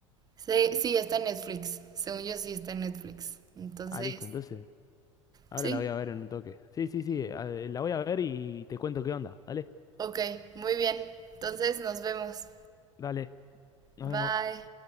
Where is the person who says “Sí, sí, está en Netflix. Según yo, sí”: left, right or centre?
Right